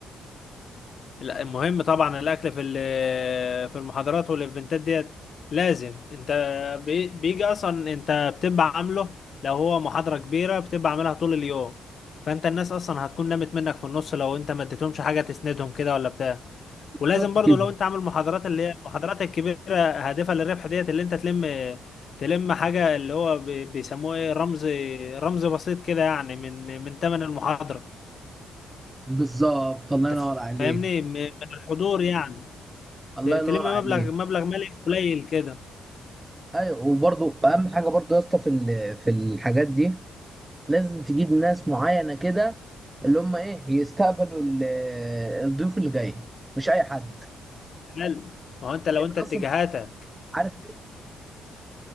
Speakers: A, on the left; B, on the right.
A: لا المهم طبعا الاكل في ال- في المحاضرات والايفنتات ديت لازم انت بي- بيجي اصلا انت بتبقى عامله لو هو محاضرة كبيرة بتبقى عاملها طول اليوم فانت الناس اصلا هتكون نامت منك في النص لو انت ما اديتهمش حاجة تسندهم كده ولا بتاع ولازم
B: بالظبط
A: برضو
B: كده
A: لو انت عامل محاضرات اللي هي المحاضرات الكبيرة هادفة للربح ديت اللي انت تلم تلم حاجة اللي هو بي- بيسموه ايه رمز رمز بسيط كده يعني من من تمن المحاضرة
B: بالظبط الله
A: انت
B: ينور عليك
A: فاهمني م- من الحضور يعني
B: الله
A: ت- تلم
B: ينور عليك
A: مبلغ مبلغ مالي قليل كده
B: ايوه وبرضو اهم حاجه برضو يا اسطى في ال- في الحاجات دي لازم تجيب ناس معينه كده اللي هم ايه يستقبلوا ال- الضيوف اللي جاي مش اي حد
A: حلو ما هو انت
B: لان
A: لو انت اتجاهاتك
B: اصلا عارف ليه